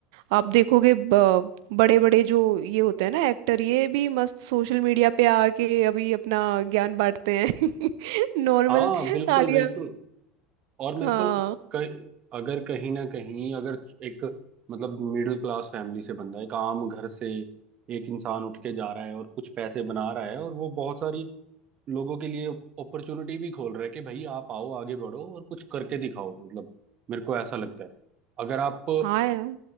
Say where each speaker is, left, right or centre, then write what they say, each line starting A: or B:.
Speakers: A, on the right; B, on the right.
A: आप देखोगे बड़े बड़े जो ये होते हैं ना एक्टर ये भी मस्त सोशल मीडिया पे आके अभी अपना ज्ञान बांटते हैं <laughs> नॉर्मल
B: हाँ बिल्कुल
A: आलिया
B: बिल्कुल और मेरे
A: हाँ
B: को कहीं अगर कहीं ना कहीं अगर एक मतलब मिडिल क्लास फैमिली से बंदा एक आम घर से एक इंसान उठ के जा रहा है और कुछ पैसे बना रहा है और वो बहुत सारी लोगों के लिए अपॉर्चुनिटी भी खोल रहा है कि भाई आप आओ आगे बढ़ो और कुछ करके दिखाओ मतलब मेरे को ऐसा लगता है अगर आप
A: हाँ यार